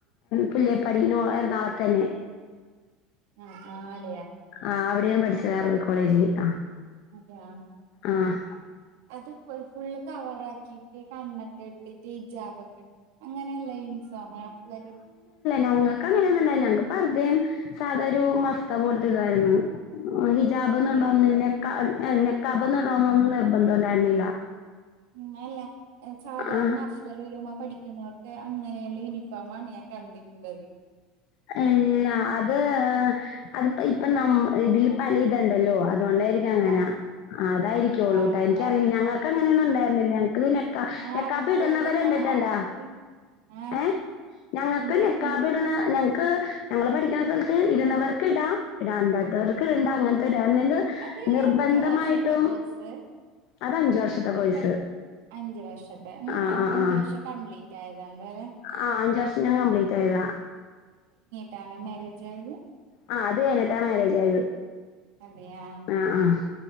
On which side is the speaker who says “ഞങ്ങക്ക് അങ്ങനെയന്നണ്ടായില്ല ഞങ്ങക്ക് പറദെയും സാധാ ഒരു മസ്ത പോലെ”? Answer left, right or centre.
Left